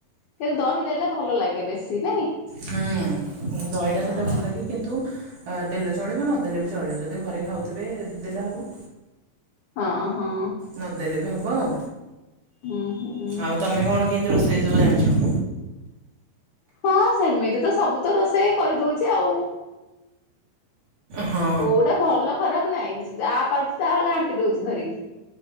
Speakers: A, on the left; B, on the right.
A: କିନ୍ତୁ ଦହି ଦେଲେ ଭଲ ଲାଗେ, ବେଶୀ ନାଇଁ?
B: ହୁଁ ଦହିଟା
A: ହଁ
B: ଦେଲେ ଭଲ ଲାଗେ। କିନ୍ତୁ, ଦେଲେ ଚଳିବ, ନଦେଲେ ବି ଚଳିବ, ଯଦି ଘରେ ଖାଉଥିବେ ଦେଲେ ହବ।
A: ହଁ ହଁ।
B: ନଦେଲେ ବି ହେବ ଆଉ
A: ହୁଁ ହୁଁ
B: ଆଉ ତମେ କଣ କେମିତି ରୋଷେଇ ସବୁ ଜାଣିଛ?
A: ହଁ ସେମିତି ତ ସବୁ ତ ରୋଷେଇ କରିଦଉଛି ଆଉ।
B: ହଁ
A: କୋଉଟା ଭଲ ଖରାପ ନାହିଁ ଯାହା ପାରୁୁଛି ତାହା ଘାଣ୍ଟି ଦଉଛି ଧରିକି।